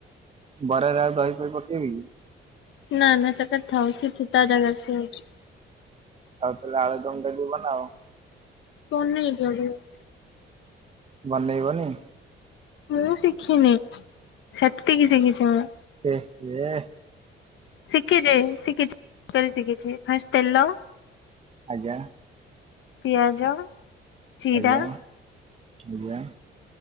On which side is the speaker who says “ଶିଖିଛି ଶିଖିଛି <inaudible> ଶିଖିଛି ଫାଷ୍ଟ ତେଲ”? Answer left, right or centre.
Left